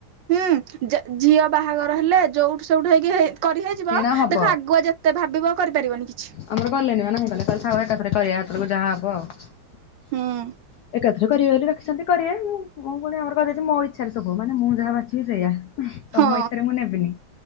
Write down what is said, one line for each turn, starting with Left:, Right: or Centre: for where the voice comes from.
Right: ହୁଁ ଜ ଝିଅ ବାହାଘର ହେଲେ ଯୋଉଠୁ ସୋଉଠୁ ହେଇକି ହେ କରି ହେଇଯିବ,
Left: କିଣା ହବ
Right: ଦେଖ ଆଗୁଆ ଯେ ତେ ଭାବିବ କରିପାରିବନି। କିଛି
Left: ଆମର କଲେନିପା ନାହିଁ କଲେ କଇଲେ ଥାଉ ଏକାଥରେ କରିବା ଆଥରକୁ ଯାହା ହବ ଆଉ।
Right: ହୁଁ
Left: ଏକା ଥ୍ରେ କରିବେ ବୋଲି ରଖିଛନ୍ତି କରିବେ ମୁ ମୁଁ ପୁଣି ଆମର କଇଦେଇଚି ମୋ ଇଚ୍ଛାରେ ସବୁ ହବ, ମାନେ ମୁଁ ଯାହା ବାଛିବି ସେୟା।
Right: ହଁ
Left: ତମ ଇଚ୍ଛାରେ ମୁଁ ନେବିନି।